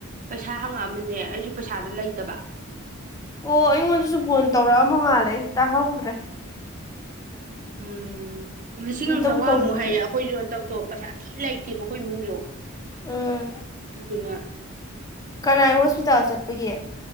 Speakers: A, on the right; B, on the left.
A: ꯄꯩꯁꯥ ꯍꯪꯉꯛꯑꯃꯅꯦ ꯑꯩꯁꯨ ꯄꯩꯁꯥꯗꯣ ꯂꯩꯇꯕ
B: ꯑꯣ ꯑꯩꯉꯣꯟꯗꯁꯨ ꯐꯣꯟ ꯇꯧꯔꯛꯑꯃ ꯃꯥꯜꯂꯦ ꯑꯩ ꯇꯥꯍꯧꯗ꯭ꯔꯦ
A: ꯎꯝ ꯂꯤꯁꯤꯡ
B: ꯑꯝꯇꯕꯨ
A: ꯑꯃ ꯆꯥꯝꯃꯉꯥꯃꯨꯛ
B: ꯇꯧꯕꯤ
A: ꯍꯥꯏꯌꯦ ꯑꯩꯈꯣꯏꯁꯨ ꯍꯟꯗꯛꯇꯣ ꯄꯩꯁꯥ ꯊꯤ ꯂꯩꯇꯦꯕ ꯑꯩꯈꯣꯏ ꯏꯃꯨꯡꯖꯨ
B: ꯎꯝ
A: ꯑꯗꯨꯗꯨꯅꯥ
B: ꯀꯅꯥꯏ ꯍꯣꯁꯄꯤꯇꯥꯜ ꯆꯠꯄꯒꯤ